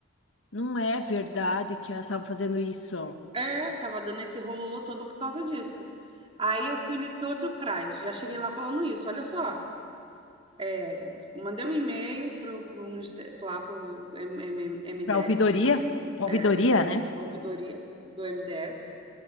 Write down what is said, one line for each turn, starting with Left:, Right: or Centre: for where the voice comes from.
Left: Não é verdade que elas estavam fazendo isso.
Right: É, tava dando esse rololô todo por causa disso. Aí eu fui nesse outro CRAS, já cheguei lá falando isso, olha só. É, mandei um e-mail pro, pro, ministério- lá pro M- M- MDS,
Left: Para ouvidoria?
Right: tá?
Left: Ouvidoria,
Right: é,
Left: né?
Right: a ouvidoria do MDS.